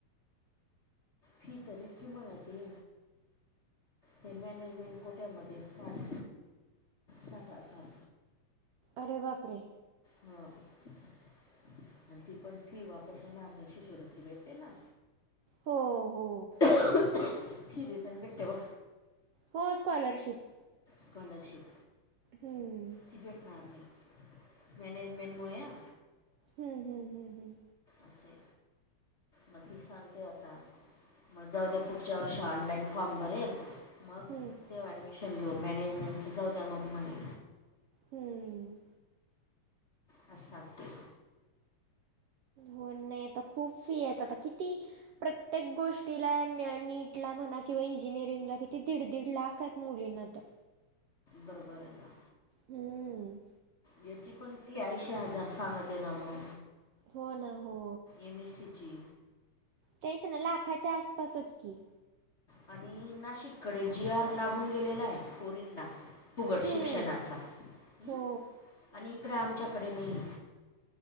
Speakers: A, on the left; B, on the right.
A: फी तर इतकी महागली ते मॅनेजमेंट कोठ्यामध्ये साठ साठ हजार
B: अरे बापरे
A: ह आणि ती पण फी वापस येणार नाही शिशुवृती भेटते ना
B: हो हो
A: फि रीटर्न भेटते बघ
B: हो स्कॉलरशिप
A: स्कॉलरशिप
B: हम्म
A: ती भेटणार नाही मॅनेजमेंटमुळे आ
B: हम्म हम्म हम्म हम्
A: असे मग ती सांगते आता मग जाऊद्या पुढच्या वर्ष ऑनलाइन फॉर्म भरेल मग
B: हम्म
A: तेव्हा ऍडमिशन घेऊ मॅनेजमेंटच जाऊ द्या मग म्हणे
B: हम्म
A: असं सांगते
B: हो नाही आता खूप फी आहे आता किती प्रत्येक गोष्टीला न नीटला म्हणा किंवा इंजिनिअरिंगला किती दीड दीड लाख मुलींना तर
A: बरोबर आहे ना
B: हम्म
A: याची पण फी ऐंशी हजार सांगत आहे ना मग
B: हो ना हो
A: एम एस सी ची
B: तेच ना लाखाच्या आसपासच की
A: आणि नाशिककडे जीआर लागून गेलेला आहे पोरीना फुकट
B: हम्म
A: शिक्षणाचा अं
B: हो
A: आणि इकड आमच्याकडे नाहीये